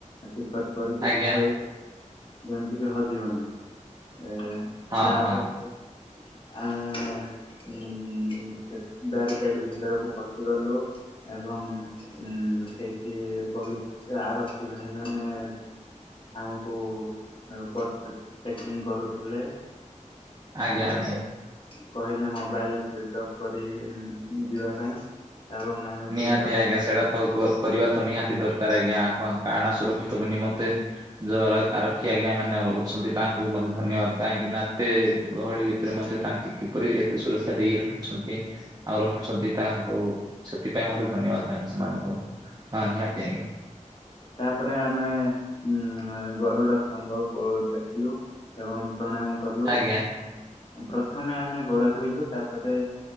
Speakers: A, on the left; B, on the right.
A: ଟିକଟ କରିକି
B: ଆଜ୍ଞା
A: ଥୋଇ ଯେମିତିକି ହଜିବନି। ଏ
B: ହଁ
A: ତାପରେ
B: ହଁ।
A: ଆମେ ଉମ୍ ସେ ବ୍ୟାରିକେଡ୍ ଭିତରକୁ ପଶିଗଲୁ। ଏବଂ ଉମ୍ ସେଇଠି ପୋଲିସ ଆରକ୍ଷୀ ଭାଇମାନେ ଆମକୁ <unintelligible> ପ୍ୟାକିଂ କରୁଥିଲେ।
B: ଆଜ୍ଞା
A: <unintelligible>
B: ଆଜ୍ଞା।
A: କହିଲେ ମୋବାଇଲ ସୁଇଚ୍ ଅଫ୍। କରି ଯିବା ପାଇଁ ଏବଂ ଆମେ ସୁଇଚ୍
B: ନିହାତି
A: ଅଫ୍
B: ଆଜ୍ଞା ସେଇଟା ତ କ କରିବା ତ ନିହାତି ଦରକାର ଆଜ୍ଞା। କ କାରଣ ସୁରକ୍ଷିତ ବି ନିମନ୍ତେ ଯୋଉ ଆର ଆରକ୍ଷୀ ଆଜ୍ଞା ମାନେ ରଉଛନ୍ତି ତାଙ୍କୁ ମତେ ଧନ୍ୟବାଦ୍ କାହିଁକିନା ଏତେ ଗହଳି ଭି ତରେ ମଧ୍ୟ ତାଙ୍କେ କିପରି ଏତେ ସୁରକ୍ଷା ଦେଇ ରଖିଛନ୍ତି ଆଉ ରଖୁଛନ୍ତି ତାଙ୍କୁ ସେଥିପାଇଁ ମୋତେ ଧନ୍ୟବାଦ୍ ତା ସେମାନଙ୍କୁ ହଁ ନିହାତି ଆଜ୍ଞା।
A: ତାପରେ ଆମେ ଉମ୍ ଗରୁଡ ସ୍ତମ୍ଭ କ ଦେଖିଲୁ। ଏବଂ ପ୍ରଣାମ କଲୁ।
B: ଆଜ୍ଞା
A: ପ୍ରଥମେ ଆମେ ଗୋଡ ଧୋଇଲୁ ତାପରେ